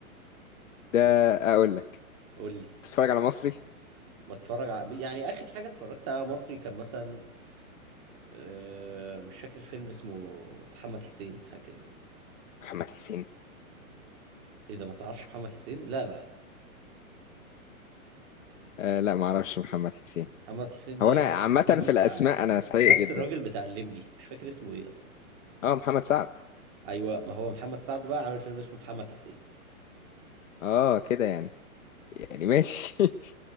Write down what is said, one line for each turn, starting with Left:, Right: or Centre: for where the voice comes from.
Left: ده اقول لك
Right: <laughs> قول لي
Left: تتفرج على مصري
Right: بتفرج على... يعني اخر حاجه اتفرجت على مصري كان مثلا آه، مش فاكر الفيلم اسمه محمد حسين حاجه كده
Left: محمد حسين
Right: ايه ده ما تعرفش محمد حسين لا لا
Left: آه لا معرفش محمد حسين
Right: محمد حسين ده
Left: هو انا عامة
Right: فيلم
Left: في
Right: بتاع
Left: الاسماء انا سيء
Right: نفس
Left: جدا
Right: الراجل بتاع الليمبي مش فاكر اسمه ايه اصلا
Left: اه محمد سعد
Right: ايوه ما هو محمد سعد بقى عامل فيلم اسمه محمد حسين
Left: اه كده يعني يعني ماشي <laughs>